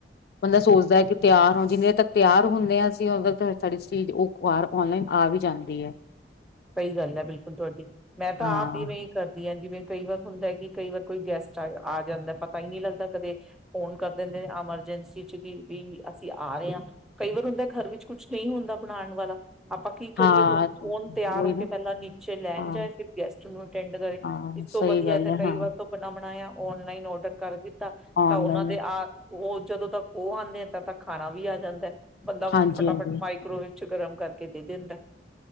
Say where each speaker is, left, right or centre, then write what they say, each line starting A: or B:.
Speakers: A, on the left; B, in the centre.
A: ਬੰਦਾ ਸੋਚਦਾ ਕਿ ਤਿਆਰ ਹੋ ਜਿੰਨਨੀ ਤੱਕ ਤਿਆਰ ਹੁੰਦੇ ਆ ਅਸੀਂ ਉਦ ਤ ਸਾਡੀ ਚੀਜ਼ ਉਹ ਬਾਹਰ ਔਨਲਾਈਨ ਆ ਵੀ ਜਾਂਦੀ ਹੈ
B: ਸਹੀ ਗੱਲ ਹੈ ਬਿਲਕੁਲ ਤੁਹਾਡੀ ਮੈਂ ਤਾਂ
A: ਹਾਂ
B: ਆਪ ਇਵੇਂ ਹੀ ਕਰਦੀ ਹਾਂ ਜਿਵੇਂ ਕਈ ਵਾਰ ਹੁੰਦਾ ਕਿ ਕਈ ਵਾਰ ਕੋਈ ਗੈਸਟ ਆ ਜਾਂਦਾ ਪਤਾ ਹੀ ਨਹੀਂ ਲੱਗਦਾ ਕਦੇ ਫੋਨ ਕਰ ਦਿੰਦੇ ਐਮਰਜੈਂਸੀ ਚ ਕਿ ਵੀ ਅਸੀਂ ਆ ਰਹੇ ਹਾਂ ਕਈ ਵਾਰ ਹੁੰਦਾ ਘਰ ਵਿੱਚ ਕੁਛ ਨਹੀਂ ਹੁੰਦਾ ਬਣਾਉਣ ਵਾਲਾ ਆਪਾਂ ਕੀ ਕਰੀਏ
A: ਹਾਂ
B: ਹੁਣ ਫਨ ਤਿਆਰ
A: ਉਹੀ
B: ਹੋ ਕੇ
A: ਨਾ
B: ਪਹਿਲਾਂ ਨੀਚੇ ਲੈਣ
A: ਹਾਂ
B: ਜਾਏ ਫਿਰ ਗੈਸਟ ਨੂੰ ਅਟੈਂਡ ਕਰੇ
A: ਹਾਂ
B: ਇਸ ਤੋਂ
A: ਸਹੀ
B: ਵਧੀਆ
A: ਗੱਲ
B: ਤਾਂ
A: ਹੈ
B: ਕਈ
A: ਹਾਂ
B: ਵਾਰ ਤੋਂ ਬ ਬਣਾਇਆ ਓਨਲਾਈਨ ਔਡਰ ਕਰਕੇ ਤਾਂ
A: ਔਨਲਾਈਨ
B: ਉਹਨਾਂ ਦੇ ਆ ਉਹ ਜਦੋਂ ਤੱਕ ਉਹ ਆਉਂਦੇ ਆ ਤਾਂ ਤ ਖਾਣਾ ਵੀ ਆ ਜਾਂਦਾ ਬੰਦਾ
A: ਹਾਂਜੀ-ਹਾਂਜੀ
B: ਫਟਾਫਟ ਮਾਈਕਰੋਏ ਗਰਮ ਕਰਕੇ ਕਿਤੇ ਦਿੰਦਾ